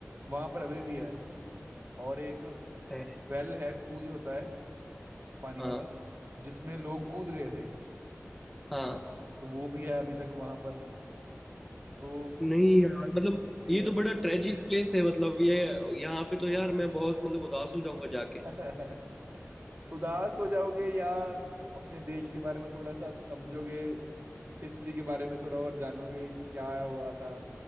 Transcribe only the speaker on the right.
वहां पर अभी भी है और एक
वेल है खूह जो होता है पानी
वाला जिसमें लोग कूद गए थे
तो वो भी है अभी तक वहां पर तो
हिस्ट्री
है
<laughs> उदास हो जाओगे या अपने देश के बारे में थोड़ा सा समझोगे हिस्ट्री के बारे में थोड़ा और जानोगे कि क्या हुआ था